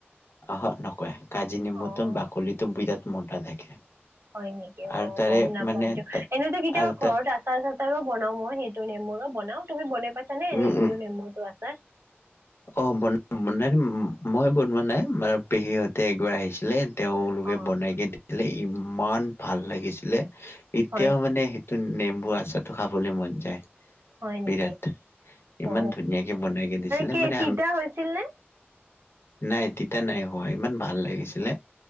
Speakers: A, on the left (about 70°); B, on the right (about 80°).
A: অহ' নকয় কাজি নেমুটো
B: অ'
A: বাকলিটো বিৰাট মোটা থাকে।
B: হয় নেকি
A: আৰু
B: অ'
A: তাৰে
B: গম নাপাওঁ
A: মানে
B: সেইটো এনেতো কেতিয়াবা
A: আৰু
B: ঘৰত
A: তাৰ
B: আছে আচাৰ চাচাৰো বনাওঁ মই সেইটো নেমুৰো বনাওঁ তুমি বনাই পাইছাঁ নে
A: উম
B: সেইটো
A: উম
B: নেমুৰটো আচাৰ
A: অ' ব বনাই মই বনোৱা নাই আমাৰ পেহীহতে এবাৰ আহিছিলে। তেওঁলোকে
B: অ
A: বনাই কে দিছিলে ইমান ভাল লাগিছিলে এতিয়াও
B: হয় নেকি
A: মানে নেমু আচাৰটো খাবলৈ মন যায়।
B: হয় নেকি
A: বিৰাট ইমান
B: অ
A: ধুনীয়াকে বনাই কে দিছিলে।
B: কি
A: মানে
B: তিতা হৈছিল নে
A: নাই তিতা নাই হোৱা ইমান ভাল লাগিছিলে।